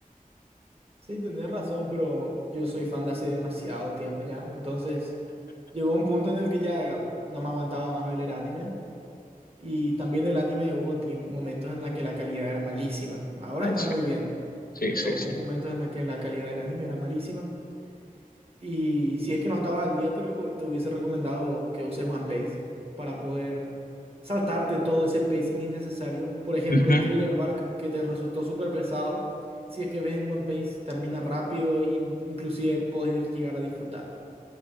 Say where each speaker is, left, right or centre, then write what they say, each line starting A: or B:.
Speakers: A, on the right; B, on the left.
A: Sí, tenés razón, pero yo soy fan de hace demasiado tiempo ya. Entonces, llegó un punto en el que ya no me aguantaba más ver el anime. Y también el anime hubo tiem- momentos en la que la calidad era malísima. Ahora
B: ahí
A: está
B: sí,
A: muy bien,
B: sí,
A: pero
B: sí,
A: hubo
B: sí.
A: momentos en la que la calidad del anime era malísima. Y si es que no estabas al día, te, reco- te hubiese recomendado que uses OnePace para poder saltarte todo ese pacing innecesario. Por ejemplo,
B: Ujú.
A: Thriller Bark, que te resultó súper pesado. Si es que ves en OnePace, termina rápido e in- inclusive puedes llegar a disfrutar.